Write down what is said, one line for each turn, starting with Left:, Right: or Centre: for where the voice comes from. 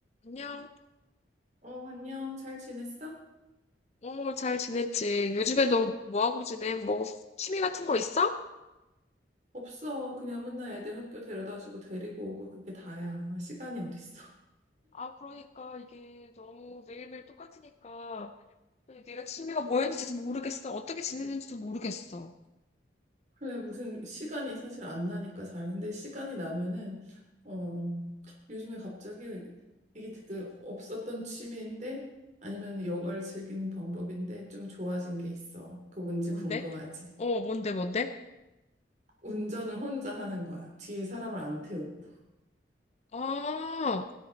Left: 안녕.
Right: 어, 안녕. 잘 지냈어?
Left: 어, 잘 지냈지? 요즘에 너 뭐하고 지내? 뭐, 취미 같은 거 있어?
Right: 없어. 그냥 맨날 애들 학교 데려다주고 데리고 오고 그게 다야. 시간이 어딨어.
Left: 아, 그러니까 이게 너무 매일매일 똑같으니까 내가 취미가 뭐였는지도 모르겠어. 어떻게 지내는지도 모르겠어.
Right: <laughs> 그래, 무슨 시간이 사실 안 나니까 잘. 근데 시간이 나면은, 어, 요즘에 갑자기 이게 되게 없었던 취미인데 아니면 여가를 즐기는 방법인데 좀 좋아진 게 있어. 그거 뭔지
Left: 뭔데?
Right: 궁금하지?
Left: 어, 뭔데, 뭔데?
Right: 운전을 혼자 하는 거야. 뒤에 사람을 안 태우고.
Left: 아,